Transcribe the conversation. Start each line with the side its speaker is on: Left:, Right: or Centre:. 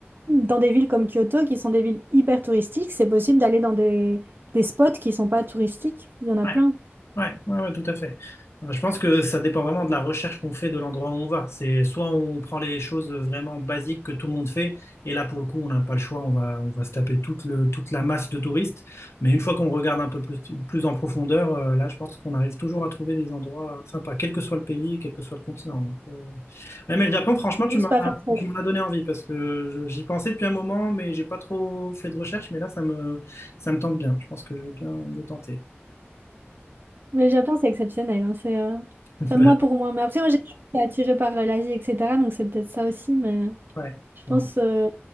Right: dans des villes comme Kyoto, qui sont des villes hyper touristiques, c'est possible d'aller dans des, des spots qui sont pas touristiques. Il y en a
Left: ouais,
Right: plein.
Left: ouais, ouais, ouais, tout à fait. Euh, Je pense que ça dépend vraiment de la recherche qu'on fait de l'endroit où on va. C'est soit on prend les choses vraiment basiques que tout le monde fait, et là pour le coup on n'a pas le choix, on va, on va se taper toute le, toute la masse de touristes. Mais une fois qu'on regarde un peu plus, plus en profondeur, euh, là je pense qu'on arrive toujours à trouver des endroits sympas, quel que soit le pays, quel que soit le continent. Donc, euh, ouais, mais le Japon, franchement, tu
Right: Juste
Left: m'as,
Right: pas forcément.
Left: tu m'en as donné envie parce que je- j'y pensais depuis un moment, mais j'ai pas trop fait de recherche. Mais là ça me, ça me tente bien. Je pense que je vais bien le tenter.
Right: Mais le Japon, c'est exceptionnel. hein, C'est, euh,
Left: D'accord,
Right: enfin, moi pour moi. Mais après, moi, j'ai été attirée par euh, l'Asie, etc. Donc c'est peut-être ça aussi. Mais
Left: Ouais.
Right: je pense.
Left: Ouais.
Right: euh,